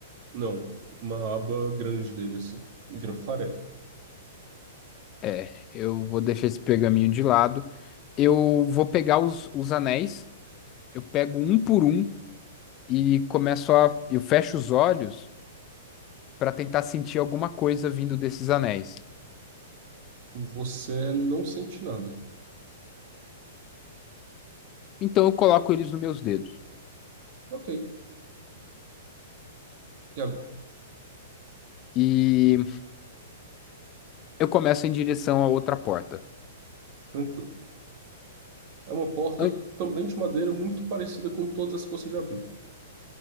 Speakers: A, on the right (about 45°); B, on the left (about 30°).
A: Não, uma aba grande dele assim, e vira farelo.
B: É, eu vou deixar esse pergaminho de lado. Eu vou pegar os, os anéis, eu pego um por um e começo a. Eu fecho os olhos para tentar sentir alguma coisa vindo desses anéis.
A: Você não sente nada.
B: Então eu coloco eles nos meus dedos.
A: Ok, e agora?
B: E eu começo em direção à outra porta.
A: Tranquilo. É uma porta
B: Ai,
A: também de madeira muito parecida com todas as que você já viu.